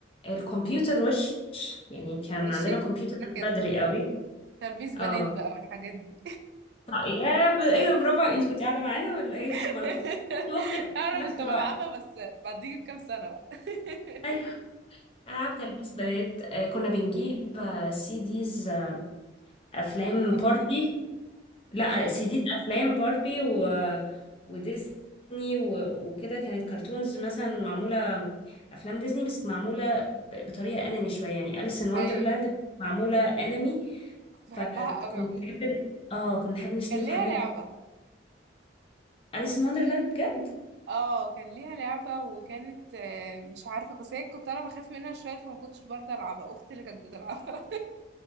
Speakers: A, on the left; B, on the right.
A: الكمبيوتر وش يعني كان
B: ماشي
A: عندنا كمبيوتر
B: كده
A: من
B: كده
A: بدري قوي
B: تلبيس بنات
A: اه
B: بقى والحاجات دي
A: طيب يا ب... ايه ده برافو انت كنت قاعدة معانا ولا ايه
B: <laughs>
A: ولا كنت قاعدة واختك
B: انا
A: في نفس
B: كنت
A: الوقت
B: بلعبها بس بعديه بكام سنه بقى <laughs>
A: ايوه العاب تلبيس بنات آه كنا بنجيب آه سي ديز آه افلام
B: تامر حسني
A: باربي لا
B: باربي
A: سيديز افلام باربي و... وديزني و... وكده كانت كرتونز مثلا معموله افلام ديزني بس معموله ب... بطريقه انمي شويه يعني اليس ان وندرلاند
B: ايوه
A: كانت معموله انمي
B: كنت بحبها
A: فكنت
B: قوي عموما
A: نحب اه كنا نحب نشتري
B: كان
A: الحاجات
B: ليها لعبه
A: دي اليس ان وندرلاند بجد
B: اه كان ليها لعبة وكانت آه، مش عارفة بس هي كنت انا بخاف منها شوية فما كنتش برضه العبها اختي اللي كانت بتلعبها